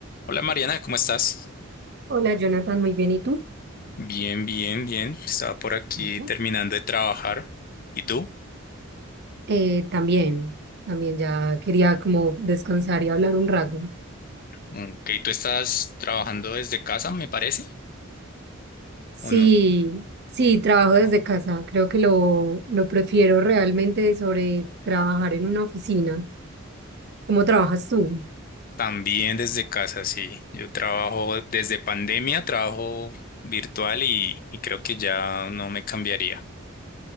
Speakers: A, on the left; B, on the right.
A: Hola Mariana, ¿cómo estás?
B: Hola Jonathan, muy bien. ¿Y tú?
A: Bien, bien, bien. Estaba por aquí
B: Ujú.
A: terminando de trabajar. ¿Y tú?
B: Eh, también, también ya quería como descansar y hablar un rato.
A: Ok, ¿tú estás trabajando desde casa, me parece?
B: Sí,
A: ¿O no?
B: sí, trabajo desde
A: Ah.
B: casa. Creo que lo, lo prefiero realmente sobre trabajar en una oficina. ¿Cómo trabajas tú?
A: También desde casa, sí. Yo trabajo desde pandemia, trabajo virtual y, y creo que ya no me cambiaría.